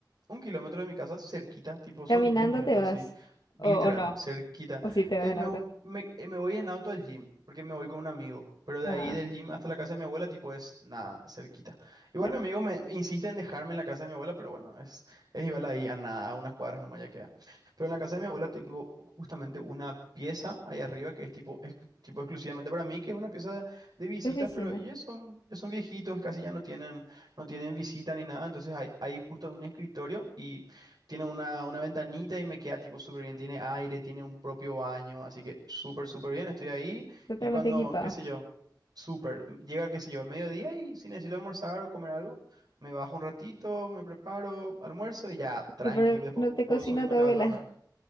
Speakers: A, on the right (about 60°); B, on the left (about 75°).
A: un kilómetro de mi casa, cerquita, tipo, son
B: ¿Caminando
A: 10 minutos
B: te vas?
A: así, literal,
B: ¿O, o no?
A: cerquita.
B: ¿O si te
A: Eh,
B: vas en
A: me,
B: auto?
A: vo- me, eh, me voy en auto al gym, porque me voy con un amigo, pero de
B: Ah,
A: ahí del gym hasta la casa de mi abuela, tipo, es nada, cerquita. Igual
B: claro.
A: mi amigo me insiste en dejarme en la casa de mi abuela, pero bueno, es, es igual ahí a nada, a unas cuadras nomás ya queda. Pero en la casa de mi abuela tengo justamente una pieza ahí arriba que es tipo, ex- tipo exclusivamente para mí, que es una pieza de, de visitas,
B: Tu oficina.
A: pero ellos son, ya son viejitos, casi ya no tienen no tienen visita ni nada, entonces hay, hay justo un escritorio y tiene una, una ventanita y me queda tipo súper bien, tiene aire, tiene un propio baño, así que súper, súper bien, estoy ahí
B: totalmente
A: y cuando,
B: equipado.
A: qué sé yo, súper, llega, qué sé yo, al mediodía y si necesito almorzar o comer algo, me bajo un ratito, me preparo, almuerzo y ya, tranqui,
B: Eh, Pero
A: después
B: no te
A: puedo
B: cocina
A: subirme
B: tu
A: otra
B: abuela.
A: vez a trabajar.